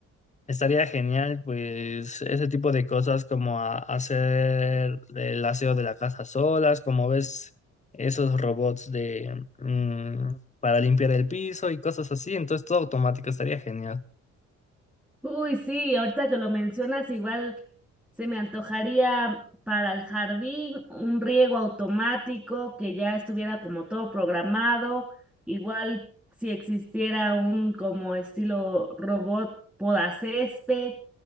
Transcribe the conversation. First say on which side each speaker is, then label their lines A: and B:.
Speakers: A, on the left (about 25°); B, in the centre.
A: estaría genial, pues ese tipo de cosas como a- hacer el aseo de la casa solas, como ves esos robots de mm, para limpiar el piso y cosas así. Entonces todo automático estaría genial.
B: Uy, sí, ahorita que lo mencionas, igual se me antojaría para el jardín un riego automático que ya estuviera como todo programado, igual si existiera un como estilo robot podacésped